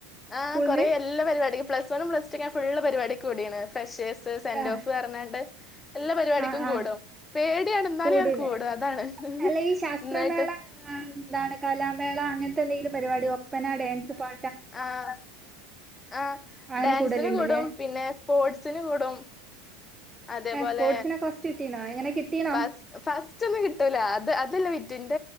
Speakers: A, on the left; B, on the right.
A: ആ
B: സ്കൂൾന്ന്
A: കൊറേ എല്ലാ പരിപാടിക്കും പ്ലസ് വണ്ണും പ്ലസ് ടു നാന്‍ ഫുള്ള് പരിപാടിക്കും കൂടിന് ഫ്രഷേഴ്സ് സ്, സെന്റ്
B: ആഹ്
A: ഓഫ് പറഞ്ഞാണ്ട് എല്ലാ പരിപാടിക്കും
B: ആഹ്
A: കൂടും
B: ആഹ്
A: പേടിയാണ ന്നാലും
B: കൂടൂലേ
A: ഞാൻ കൂടും അതാണ്
B: അല്ല ഈ ശാസ്ത്രമേള
A: ഇന്നായിട്ട്
B: ആഹ് എന്താണ് കാലം മേള അങ്ങനത്തെ എന്തെങ്കിലും പരിപാടി ഒപ്പനാ ഡാൻസ് പാ
A: ആഹ് ആ
B: അങ്ങനെ
A: ഡാൻസിന്
B: കൂടലുണ്ട്ല്ലേ
A: കൂടും പിന്നെ സ്പോർട്സിന് കൂടും അതേപോലെ
B: ഏഹ് സ്പോർട്സിനൊക്കെ ഫസ്റ്റ് കിട്ടീണോ എങ്ങനെ കിട്ടീണോ
A: ഫസ് ഫസ്റ്റൊ ന്നും കിട്ടൂല അത് അതല്ല വിറ്റ് ന്റ